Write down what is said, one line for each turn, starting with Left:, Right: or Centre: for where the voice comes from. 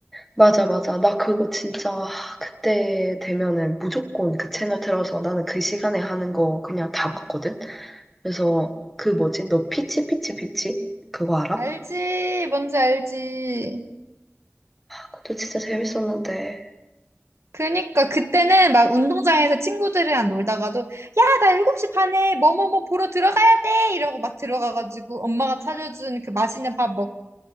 Centre: 맞아 맞아. 나 그거 진짜 아, 그때 되면은 무조건 그 채널 틀어서 나는 그 시간에 하는 거 그냥 다 봤거든. 그래서 그 뭐지 너 피치 피치 피치 그거 알아?
Right: 알지? 뭔지 알지?
Centre: 아, 그것도 진짜 재밌었는데.
Right: 그니까 그때는 막 운동장에서 친구들이랑 놀다가도 야, 나 7시 반에 뭐뭐뭐 보러 들어가야 돼 이러고 막 들어가가지고 엄마가 차려준 그 맛있는 밥 먹고